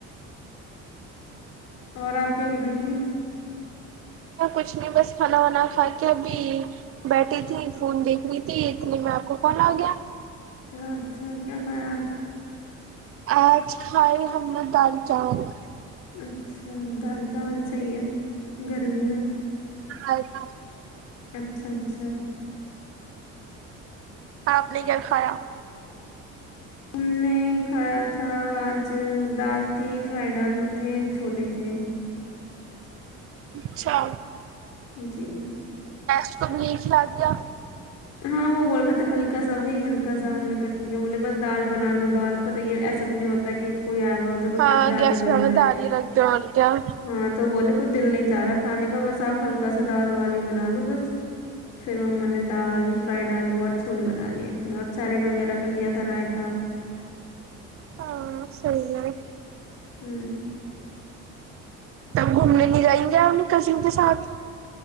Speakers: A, on the left; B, on the right.
A: اور آپ کیا کر رہی تھیں
B: کچھ نہیں بس کھانا وانا کھا کے ابھی بیٹھی تھی فون دیکھ رہی تھی اتنی میں آپ کو کال آ گیا
A: اچھا اچھا کیا کھایا آج
B: آج کھائی ہم نے دال چاول
A: اچھا دال چاول صحیح ہے گرمی میں
B: آتاا <unintelligible>
A: اچھا اچھا
B: اپ نے کیا کھایا
A: ہم نے کھایا تھا آج دال تھی فرائیڈ آلو تھے چھولے تھے
B: اچھا
A: جی
B: ٹیسٹ کب نہیں کھلا دیا
A: ہاں وہ بول رہے تھے ہلکا سا وہی ہلکا سا ہم نے کا ٹھیک ہے بولے بس دال بنا لو دال پر یہ ایسا بھی نہیں ہوتا کہ کوئی آیا ہوا ہو تو تو
B: ہاں
A: خالی ڈالی
B: گیس
A: بن
B: پہ ہم
A: جائے
B: نے دال ہی رکھ دیا اور کیا
A: ہاں تو بولے کچھ دل نہیں چارا کھانے کا بس آپ ہلکا سا دال وال ہی بنا لو بس پھر ما نے دال فرائی ڈال اور چھولے بنا لیے تھے تھے اور سیلیڈ وغیرہ کر لیا تھا رائتا
B: ہاں صحیح ہے
A: ہوں
B: تب گھومنے لے جائیں گے اپنی کزن کے ساتھ